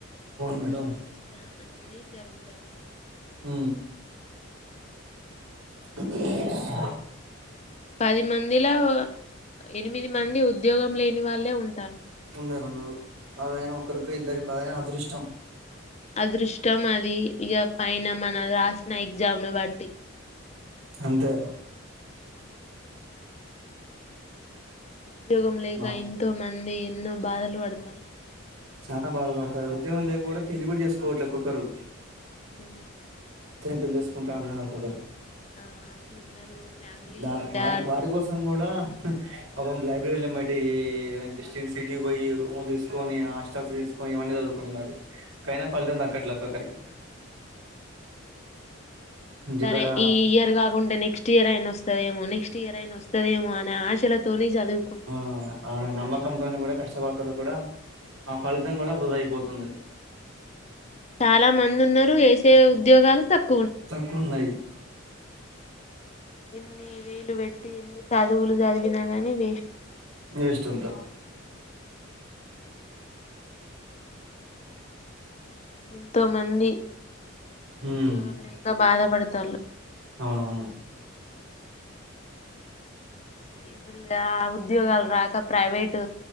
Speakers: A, on the right; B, on the left.
A: అవును
B: ఉద్యోగం
A: మేడం
B: ఇస్తా అనేది జరుగుతుంది
A: ఊ అ <inaudible>
B: పది మందిలా ఎనిమిది మంది ఉద్యోగం లేని వాళ్ళే ఉం
A: ఉన్నారుర ఉన్నారు అదైనా ఒకరికి ఇద్దరికి అదైనా అదృష్టం
B: అదృష్టం అది ఇగా పైన మన రాసిన ఎగ్జామ్ను బట్టి
A: అంతే
B: ఉమ్. ఉద్యోగం లేక
A: మా
B: ఎంతో మంది ఎన్నో బాధలు పడతారు
A: చాలా బాధపడతారు ఉద్యోగం లేక కూడా పెళ్లి కూడా చేసుకోవట్లే ఒక్కొక్కరు
B: ఊ
A: పెళ్ళిచేకుంట అంటరు కొందరు
B: ఆ అట్లున్నారు ఫ్యామిలీలా
A: దా వాడి వాటి కోసం కూడా పాపం లు బట్టి ఈ సిటీకి పోయి రూమ్లు తీసుకొని హస్టల్స్ తీసుకొని ఇవన్నీ చదువుకుంటున్నారు కైనా ఫలితం దక్కట్లే ఒక్కొక్కరికి ఇంటికాడ
B: సరే ఈ ఇయర్ కాకుంటే నెక్స్ట్ ఇయర్ అయిన వస్తదేమో నెక్స్ట్ ఇయర్ అయిన వస్తదేమో అని ఆశ తోని చదువుకు
A: అ ఆ కనీ కూడా కష్ట పడేటోల్లకి కూడా ఆ ఫలితం కూడా వృధ అయిపోతుంది
B: చాలా మంది ఉన్నారు వేసే ఉద్యోగాలు తక్కు
A: తకున్నాయి
B: ఎన్ని వెలు వెట్టి ఎన్ని చదువులు చదివినగాని అన్ని వేస్ట్
A: ఆ వెస్టింత
B: ఎంతో మంది
A: ఉమ్
B: ఉద్యోగం లేక బాధపడతాళ్లు
A: అవునవును
B: ఇప్పుడు ఉద్యోగాలు రాక ప్రైవేటు